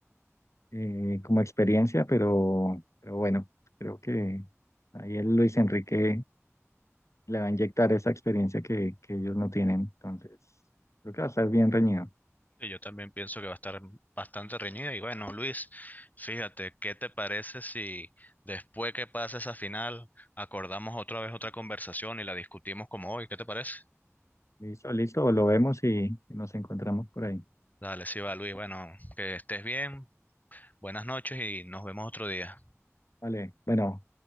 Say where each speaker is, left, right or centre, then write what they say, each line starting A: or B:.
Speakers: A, on the left; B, on the left.
A: eh, como experiencia, pero, pero bueno, creo que ahí el Luis Enrique le va a inyectar esa experiencia que, que ellos no tienen, entonces, creo que va a estar bien reñido.
B: que Yo también pienso que va a estar bastante reñida. Y bueno, Luis, fíjate, ¿qué te parece si después que pase esa final acordamos otra vez otra conversación y la discutimos como hoy? ¿Qué te parece?
A: Listo, listo, lo vemos y nos encontramos por ahí.
B: Dale, sí va, Luis. Bueno, que estés bien, buenas noches y nos vemos otro día.
A: Vale, bueno,